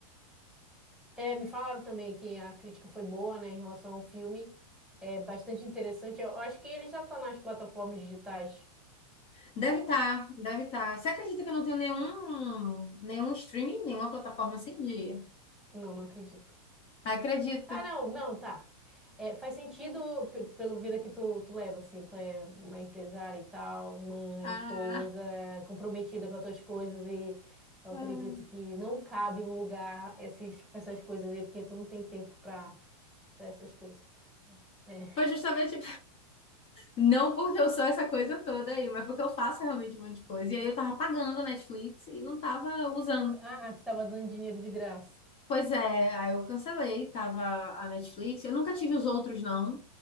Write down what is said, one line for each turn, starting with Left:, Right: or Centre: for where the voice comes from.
Centre: É, me falaram também que a crítica foi boa, né, em relação ao filme. É bastante interessante. Eu acho que ele já tá nas plataformas digitais.
Left: Deve estar, deve estar. Você acredita que eu não tenho nenhum nenhum streaming, nenhuma plataforma assim de?
Centre: Não, não acredito.
Left: Acredita.
Centre: Ah, não, não, tá. É, faz sentido pe- pelo vida que tu, tu leva, assim. Tu é uma empresária e tal, mãe,
Left: Ah,
Centre: esposa, comprometida com as tuas coisas e eu acredito
Left: ah.
Centre: que não cabe em um lugar esses, essas coisas aí, porque tu não tem tempo pra para essas coisas. É.
Left: Foi justamente Não porque eu sou essa coisa toda aí, mas porque eu faço realmente um monte de coisa. E aí eu tava pagando a Netflix e não tava usando.
Centre: Ah, tu estava dando dinheiro de graça.
Left: Pois é, aí eu cancelei, tava a Netflix. Eu nunca tive os outros, não,